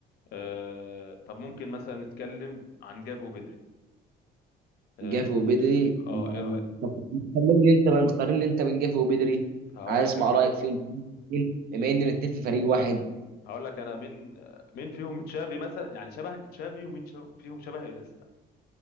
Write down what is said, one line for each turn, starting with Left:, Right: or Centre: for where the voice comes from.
Left: آه طب ممكن مثلا نتكلم عن جافو بدري اه,
Right: جافي وبدري
Left: آه
Right: يعني
Left: ايه رايك
Right: كلمني انت بقى قارن انت بين جافي وبدري
Left: هقول
Right: عايز
Left: لك
Right: اسمع رايك فيهم الاثنين بما ان الاثنين في فريق واحد
Left: هقول لك انا مين مين فيهم تشافي مثلا يعني شبه تشافي ومين شبه فيهم شبه انستا